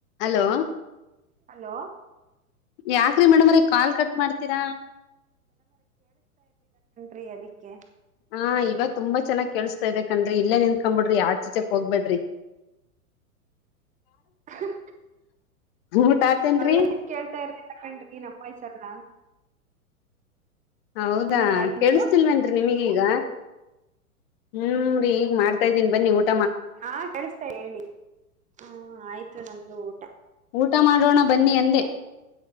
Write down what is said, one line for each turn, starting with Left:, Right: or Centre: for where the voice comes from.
Left: Hello,
Right: hello
Left: ಯಾಕ್ರಿ ಮೇಡಮ್ರೆ call cut ಮಾಡ್ತೀರಾ.
Right: ರೀ ಅದಿಕ್ಕೆ.
Left: ಹಾ ಇವಾಗ್ ತುಂಬಾ ಚೆನ್ನಾಗ್ ಕೇಳುಸ್ತಾ ಇದೆ. ಕನ್ರೆ ಇಲ್ಲೆ ನಿಂತ್ಕೋಂಬಿಡ್ರಿ ಆಚ್ ಈಚೆ ಹೋಗ್ಬೇಡ್ರಿ.
Right: ಹಹ
Left: ಊಟ ಆತೇನ್ರಿ
Right: ಎಮ್ಮಿಸ್ ಕೇಳ್ತಾರಿ ಅಂತಕಂಡ್ರಿ ನಮ್ಮ್ ವಯ್ಸೆಲ್ಲ.
Left: ಹೌದಾ
Right: ಊಟ ಆಯ್ತು
Left: ಕೇಳುಸ್ತಿಲ್ವೇನ್ರಿ
Right: ನಿಮ್ದು
Left: ನಿಮ್ಗೀಗ. ಹ್ಮ್ನ್ ಈಗ್ ಮಾಡ್ತಾ ಇದೀನಿ ಬನ್ನಿ ಊಟ್
Right: ಹಾ ಕಳುಸ್ತಾ ಹೇಳಿ, ಹು ಆಯ್ತ್ ಇದು ನಮ್ದು ಊಟ.
Left: ಊಟ ಮಾಡೋಣ ಬನ್ನಿ ಅಂದೆ.
Right: ಏನ್